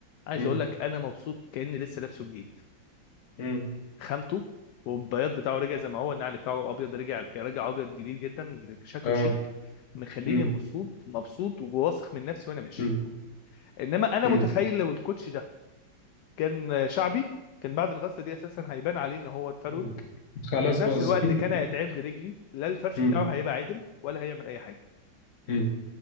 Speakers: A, on the left; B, on the left.
A: عايز
B: مم.
A: اقول لك انا مبسوط كاني لسه لابسه جديد
B: مم.
A: خامته والبياض بتاعه رجع زي ما هو النعل بتاعه ابيض رجع رجع ابيض جديد جدا شكله
B: اه
A: شيك مخليني
B: مم.
A: مبسوط مبسوط وواثق من نفسي وانا ماشي
B: مم.
A: انما انا
B: مم.
A: متخيل لو الكوتش ده كان شعبي كان بعد الغسله دي اساسا هيبان عليه ان هو اتفروت
B: مم. خلاص
A: وفي نفس
B: باظ
A: الوقت كان هيتعب
B: <laughs>
A: لرجلي لا الفرش
B: مم.
A: بتاعه هيبقى عادل ولا هيعمل اي حاجه
B: مم.